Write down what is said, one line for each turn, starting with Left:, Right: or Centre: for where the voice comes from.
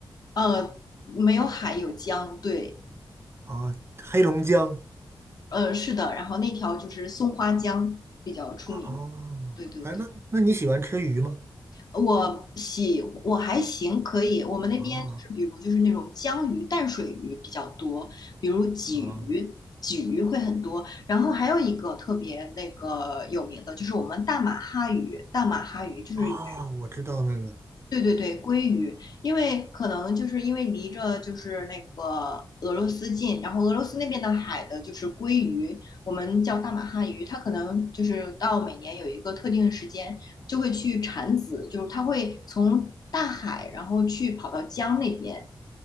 Left: 呃，没有海，有江，对，
Right: 啊，黑龙江
Left: 呃，是的，然后那条就是松花江比较出名，
Right: 哦，
Left: 对对对。
Right: 哎，那那你喜欢吃鱼吗？
Left: 我喜我还行，可以。我们那边就是比如就是那种江鱼、
Right: 啊
Left: 淡水鱼比较多，比如鲫鱼，
Right: 啊
Left: 鲫鱼会很多。然后还有一个特别那个有名的，就是我们大马哈鱼，大马哈鱼就是也
Right: 啊，我知道那个
Left: 对对对，鲑鱼，因为可能就是因为离着就是那个俄罗斯近，然后俄罗斯那边的海的就是鲑鱼，我们叫大马哈鱼，它可能就是到每年有一个特定的时间就会去产子，就是它会从大海然后去跑到江那边，